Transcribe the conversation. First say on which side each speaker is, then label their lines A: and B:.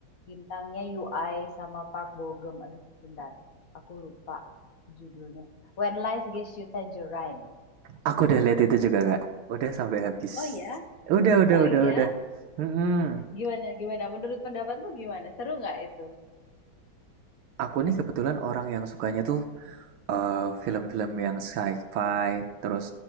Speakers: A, on the left; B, on the right.
A: bintangnya UI sama Park Bo Gum. Aduh, bentar. Aku lupa judulnya. When Life Gives You Tangerine.
B: aku udah lihat itu juga Kak. Udah sampai habis.
A: Oh ya,
B: Udah, udah,
A: oh iya.
B: udah, udah. Hmm,
A: Gimana, gimana? Menurut pendapatmu gimana? Seru nggak itu?
B: aku nih kebetulan orang yang sukanya tuh eh, film-film yang sci-fi, terus